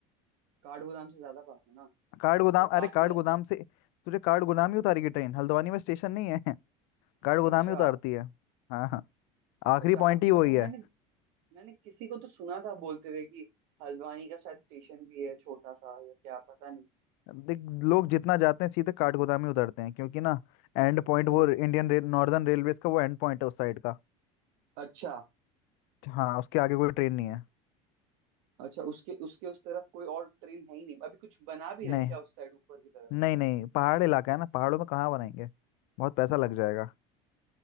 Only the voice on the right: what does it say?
काठगोदाम से ज्यादा पास है ना
तो काठगोदाम
अच्छा
अच्छा
बट
मैंने मैंने किसी को तो सुना था बोलते हुए कि हल्द्वानी का शायद स्टेशन भी है छोटा सा या क्या पता नहीं
हाँ
अच्छा
अच्छा उसके उसके उस तरफ कोई और ट्रेन है ही नहीं अभी कुछ बना भी रहे
हैं क्या उस साइड ऊपर की तरफ